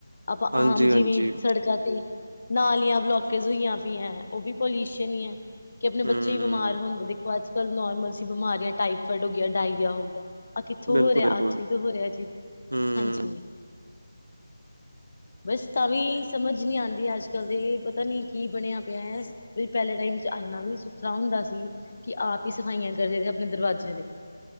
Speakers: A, on the left; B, on the right.
A: ਆਪਾਂ
B: ਹਾਂਜੀ
A: ਆਮ
B: ਹਾਂਜੀ
A: ਜਿਵੇਂ ਸੜਕਾਂ ਤੇ ਨਾਲੀਆਂ ਬਲੋਕੇਜ ਹੋਈਐ ਪਈਐ ਓਹ ਵੀ ਪੋਲਿਊਸ਼ਨ ਹੀ ਐ। ਕਿ ਅਪਣੇ ਬੱਚੇ
B: ਹਮ
A: ਈ ਬਿਮਾਰ ਹੁੰਦੇ, ਦੇਖੋ ਅੱਜ-ਕਲ ਨੋਰਮਲ ਸੀ ਬਿਮਾਰੀਆਂ ਟਾਈਫੋਡ ਹੋ ਗਿਆ ਡਾਇਰੀਆ ਹੋ ਗਿਆ। ਆਹ ਕਿੱਥੋਂ
B: ਬਿਲਕੁਲ
A: ਹੋ ਰਿਹਾ,
B: ਬਿਲਕੁਲ
A: ਆ ਕਿਥੋਂ ਹੀ ਤੋਂ ਹੋ ਰਿਹਾ ਜੀ,
B: ਹੂੰ,
A: ਹਾਂਜੀ। ਬਸ ਤਾਂ ਵੀ ਸਮਝ ਨੀ ਆਦੀ ਅੱਜ-ਕੱਲ ਦੇ ਪਤਾ ਨੀ ਕੀ ਬਣਿਆ ਪਿਆ? ਵੀ ਪੈਲੇ ਟਾਈਮ ਚ ਐਨਾ ਵੀ ਸੁਥਰਾ ਹੁੰਦਾ ਸੀ, ਕਿ ਆਪ ਹੀ ਸਫਾਈਆਂ ਕਰਦੇ ਸੀ ਅਪਣੇ ਦਰਵਾਜ਼ਿਆਂ ਦੀ।